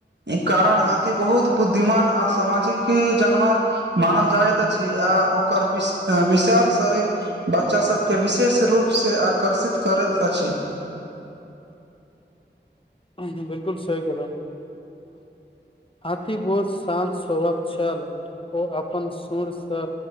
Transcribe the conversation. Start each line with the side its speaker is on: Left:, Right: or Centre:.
Right: ई कारण हाथी बहुत बुद्धिमान आ सामाजिक जानवर मानल जाइत अछि आ ओकर विश विशाल शरीर बच्चा सबके विशेष रूप से आकर्षित करैत अछि
Left: <unintelligible> बिल्कुल सही कहलौ हाथी बोल शाम स्वभवक छल ओ अपन सुर से